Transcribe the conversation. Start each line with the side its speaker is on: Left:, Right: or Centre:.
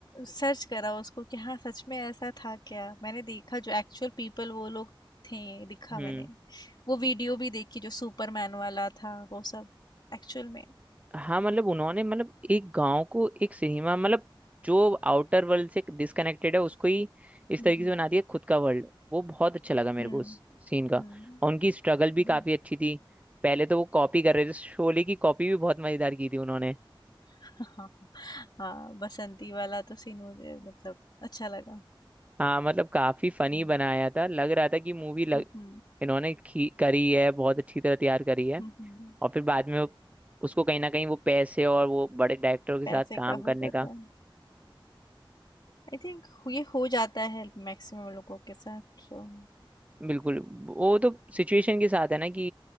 Left: सर्च करा उसको कि हाँ सच में ऐसा था क्या मैंने देखा जो एक्चुअल पीपल वो लोग थे दिखा
Right: हम्म
Left: मैंने वो वीडियो भी देखी जो सुपरमैन वाला था वो सब एक्चुअल में
Right: हाँ मतलब उन्होंने मतलब एक गांव को एक सिनेमा मतलब जो आउटर वर्ल्ड से डिस्कनेक्टेड है उसको ही इस
Left: हम्म
Right: तरीके से बना दिया खुद का वर्ल्ड वो बहुत अच्छा लगा मेरे
Left: हम्म
Right: को उस सीन का
Left: हम्म।
Right: और उनकी स्ट्रगल भी
Left: हम्म।
Right: काफी अच्छी थी पहले तो वो कॉपी कर रहे थे शोले की कॉपी भी बहुत मजेदार की थी उन्होंने
Left: <laughs> हाँ हाँ बसंती वाला तो सीन मुझे मतलब अच्छा लगा
Right: हाँ मतलब काफी फनी
Left: हम्म
Right: बनाया था लग रहा था कि मूवी लग
Left: हम्म
Right: इन्होंने खी- करी है बहुत अच्छी तरह तैयार करी है
Left: हम्म,
Right: और फिर बाद में वो, उसको कहीं ना कहीं वो पैसे और वो बड़े डायरेक्टरों के
Left: पैसे
Right: साथ काम
Left: का हो
Right: करने
Left: जाता
Right: का
Left: है आई थिंक ये हो जाता है मैक्सिमम लोगों के साथ तो
Right: बिल्कुल वो तो सिचुएशन के साथ है ना कि